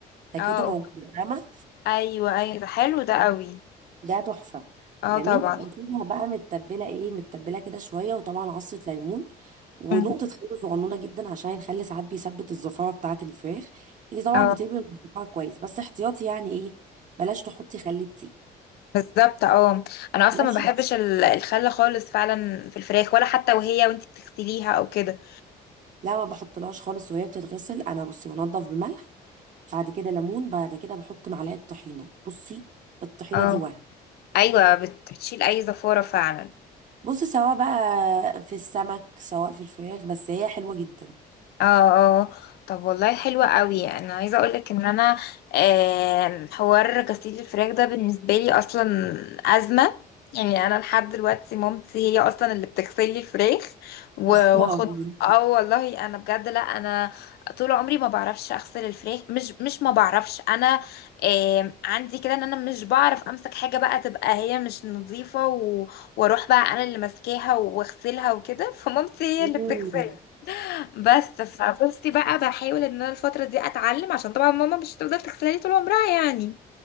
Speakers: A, on the right (about 50°); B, on the left (about 70°).
A: نكهته
B: اه
A: موجوده
B: أوك-
A: فاهمه
B: ايوه ايوه ده حلو ده قوي
A: ده تحفة
B: اه
A: جميل
B: طبعا
A: بتجيبها بقى متبلة ايه متبلة كده شوية وطبعا عصرة ليمون ونقطة
B: مم.
A: خل صغنونة جدا عشان الخل ساعات بيثبت الزفارة بتاعة الفراخ انت طبعا
B: اه
A: بتقلبي الزفارة كويس بس احتياطي يعني ايه بلاش تحطي خل كتير
B: بالظبط اه انا اصلا
A: ماشي
B: ما بحبش ال- الخل خالص فعلا في الفراخ ولا حتى وهي وانت بتغسليها او كده
A: لا ما بحطلهاش خالص وهي بتتغسل انا بصي بنضف بملح بعد كده ليمون بعد كده بحط معلقة طحينة بصي الطحينة
B: اه
A: دي وهم
B: ايوه بت- بتشيل اي زفارة فعلا
A: بصي سواء بقى في السمك سواء في الفراخ بس هي حلوة جدا
B: اه اه طب والله حلوة قوي انا عايزة اقولك ان انا آم، حوار غسيل الفراخ ده بالنسبة لي اصلا ازمة يعني انا لحد دلوقتي مامتي هي اصلا اللي بتغسل لي الفراخ
A: <laughs>
B: و-
A: يا خبر
B: واخد
A: أبيض.
B: اه والله انا بجد لا انا طول عمري ما بعرفش اغسل الفراخ مش مش ما بعرفش انا آم، عندي كده ان انا مش بعرف امسك حاجة بقى تبقى هي مش نظيفة و- واروح بقى انا اللي ماسكاها واغسلها وكده <laughs> فمامتي هي
A: مم.
B: اللي بتغسلها بس فبصي بقى بحاول ان انا الفتره دي اتعلم عشان طبعا ماما مش هتفضل تغسلها لي طول عمرها يعني